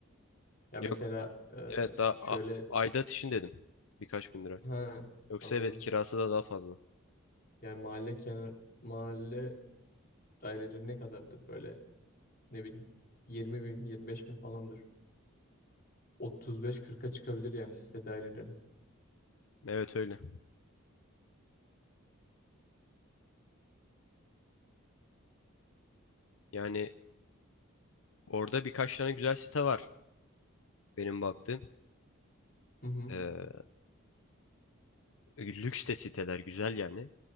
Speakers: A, on the left; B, on the left.
A: Ya mesela
B: Yok evet daha
A: e, şöyle
B: a- aidat için dedim birkaç bin lira.
A: ha
B: Yoksa
A: anladım.
B: evet kirası da daha fazla.
A: Yani mahalle kenar mahalle daireleri ne kadardır böyle ne bileyim 20 bin 25 bin falandır. 35-40'a çıkabilir yani site daireleri.
B: Evet öyle. Yani orada birkaç tane güzel site var benim baktığım.
A: Hı hı.
B: Ee, lüks de siteler güzel yani.